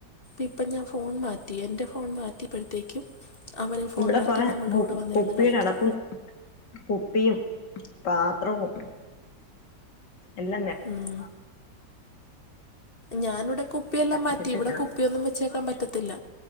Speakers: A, on the left (about 35°); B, on the left (about 85°).
A: ഇപ്പം ഞാൻ ഫോൺ മാറ്റി എന്റെ ഫോൺ മാറ്റിയപ്പഴത്തേക്കും അവളും ഫോൺ
B: ഇവിടെ
A: മാറ്റി
B: കൊറെ
A: പിള്ളേരുടെ
B: കു
A: കൂടെ വന്നിരിന്ന്
B: കുപ്പിയുടെ
A: കളിക്കും
B: അടപ്പും കുപ്പിയും പാത്രവും അല്ലല്ല
A: ഉം ഞാൻ ഇവിടെ കുപ്പിയെല്ലാം
B: നിറച്ചിട്ട്
A: മാറ്റി ഇവിടെ
B: ക്കണം
A: കുപ്പിയൊന്നും വെച്ചേക്കാൻ പറ്റത്തില്ല